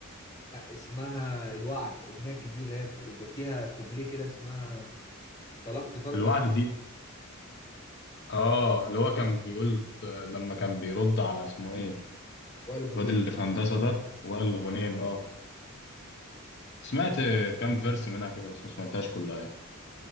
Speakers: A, on the left; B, on the left.
A: لا اسمها الوعد اغنيه جديده اللي هي بتبقى فيها كوبليه كده اسمها طلقت تركة
B: الوعد دي اه اللي هو كان بيقول آه، لما كان بيرد على اسمه ايه
A: والغنيه
B: الواد اللي في هندسة ده وائل غنيم اه سمعت آه، كام فيرس منها كده بس ما سمعتهاش كلها يعني